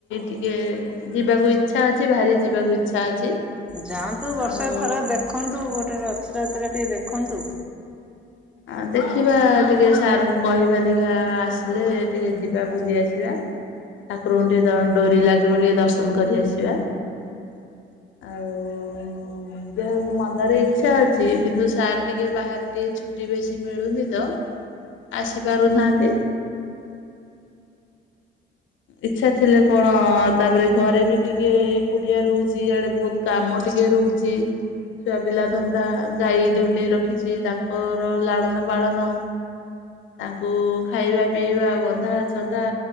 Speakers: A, on the left (about 75°); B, in the centre.
A: ଟିକେ ଯିବାକୁ ଇଚ୍ଛା ଅଛି। ଭାରି ଯିବାକୁ ଇଚ୍ଛା ଅଛି।
B: ଯାଆନ୍ତୁ ବର୍ଷରେ
A: ଆଉ
B: ଥର ଦେଖନ୍ତୁ। ଗୋଟେ ରଥଯାତ୍ରା ଟିକେ ଦେଖନ୍ତୁ।
A: ଆ ଦେଖିବା ଟିକେ ସାର୍ ଙ୍କୁ କହିବା ଦେଖା ଆସିଲେ ଟିକେ ଯିବା ବୁଲି ଆସିବା। ଠାକୁରଙ୍କୁ ଟିକେ ଦ ଡୋରି ଲାଗିବ ଟିକେ ଦର୍ଶନ କରି ଆସିବା। ଆଉ ଦେହ ମୁ ମନରେ ଇଚ୍ଛା ଅଛି କିନ୍ତୁ ସାର୍ ଟିକେ ବାହାରେ ଟିକେ ଛୁ ଟି ବେଶୀ ମିଳୁନି ତ ଆସି ପାରୁନାହାନ୍ତି। ଇଛା ଥିଲେ କଣ ଆ ତାପରେ ଘରେ ବି ଟିକେ ଏକୁଟିଆ ରହୁଛି ଇଆଡେ ବହୁତ କାମ ଟିକେ ରହୁଛି। ଛୁଆ ପିଲା ଧନ୍ଦା ଗାଈ ଦୁଇଟି ରଖିଛି ତାଙ୍କ ଙ୍କର ଲାଳନ ପାଳନ ତାଙ୍କୁ ଖାଇବା ପିଇବା ବନ୍ଧାଛନ୍ଦା